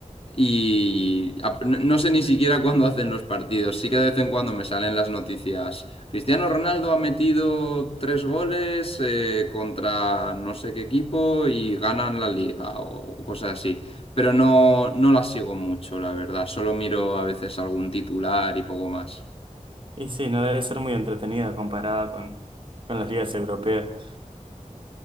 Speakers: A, on the left; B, on the right.
A: Y ap- no no sé ni siquiera cuándo hacen los partidos. Sí que de vez en cuando me salen las noticias. Cristiano Ronaldo ha metido tres goles eh, contra no sé qué equipo y ganan la liga o cosas así. Pero no, no las sigo mucho, la verdad. Solo miro a veces algún titular y poco más.
B: Y sí, no debe ser muy entretenida comparada con, con las ligas europeas.